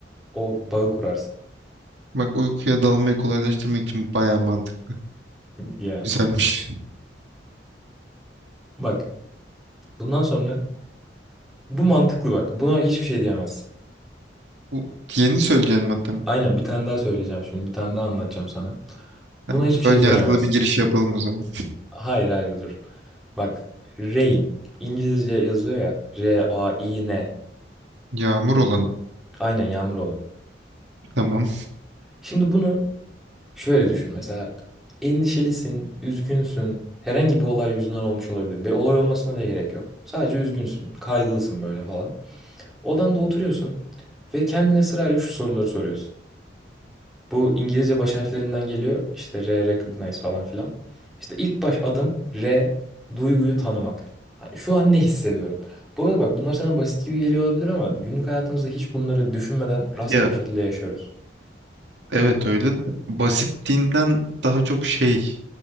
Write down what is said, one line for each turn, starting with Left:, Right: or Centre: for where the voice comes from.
Centre: o bağı kurarsın.
Right: bak uykuya dalmayı kolaylaştırmak için bayağı mantıklı.
Centre: Ya
Right: Güzelmiş.
Centre: bak bundan sonra bu mantıklı bak. Buna hiçbir şey diyemezsin.
Right: Bu yeni söyleyeceğin madde mi?
Centre: Aynen bir tane daha söyleyeceğim şimdi. Bir tane daha anlatacağım sana.
Right: Tamam,
Centre: Buna hiçbir şey
Right: ön
Centre: söyleyemezsin.
Right: yargılı bir giriş yapalım o zaman.
Centre: Hayır hayır dur. Bak rain İngilizce yazılıyor ya. R-A-I-N.
Right: Yağmur olan.
Centre: Aynen yağmur olan.
Right: Tamam.
Centre: Şimdi bunu şöyle düşün. Mesela endişelisin, üzgünsün. Herhangi bir olay yüzünden olmuş olabilir. Ve olay olmasına da gerek yok. Sadece üzgünsün, kaygılısın böyle falan. Odanda oturuyorsun ve kendine sırayla şu soruları soruyorsun. Bu İngilizce baş harflerinden geliyor. İşte R, recognize falan filan. İşte ilk baş adım R, duyguyu tanımak. Hani Şu an ne hissediyorum? Bu arada bak bunlar sana basit gibi geliyor olabilir ama günlük hayatımızda hiç bunları düşünmeden rastgele
Right: Ya
Centre: bir şekilde yaşıyoruz.
Right: evet öyle de basitliğinden daha çok şey